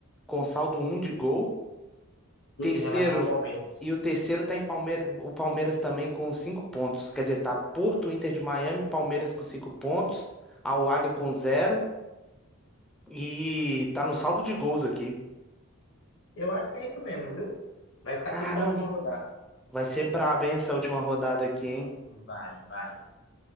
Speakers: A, in the centre; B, on the left.
A: com saldo um de gol.
B: Do-
A: Terceiro,
B: em relação ao Palmeiras.
A: e o terceiro tá em Palmeiras, o Palmeiras também com cinco pontos. Quer dizer, tá Porto, Inter de Miami, Palmeiras com cinco pontos, Al Ahly com zero. E tá no saldo de gols aqui.
B: Eu acho que é isso mesmo, viu? Vai ficar
A: Caramba,
B: tudo pra última rodada.
A: vai ser braba, hein, essa última rodada aqui, hein?
B: Vai, vai.